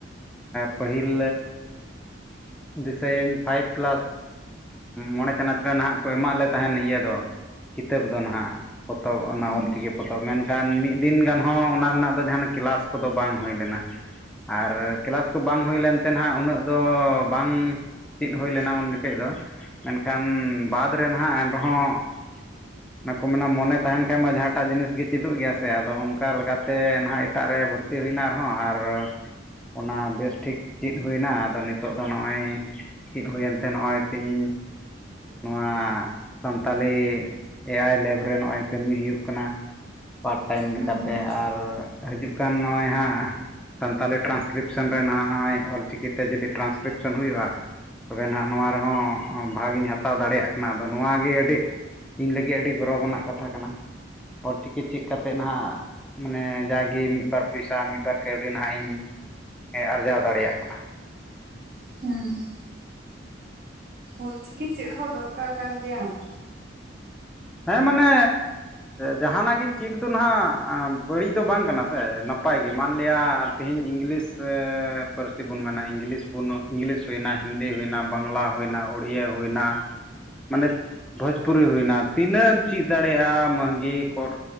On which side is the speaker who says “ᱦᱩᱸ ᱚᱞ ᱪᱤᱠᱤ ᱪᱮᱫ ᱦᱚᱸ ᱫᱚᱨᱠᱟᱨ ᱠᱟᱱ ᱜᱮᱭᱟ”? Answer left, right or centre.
Right